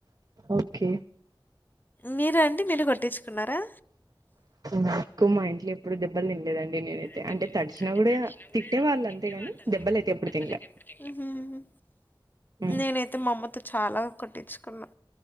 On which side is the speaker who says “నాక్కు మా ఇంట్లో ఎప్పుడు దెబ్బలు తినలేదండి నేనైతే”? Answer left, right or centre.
Right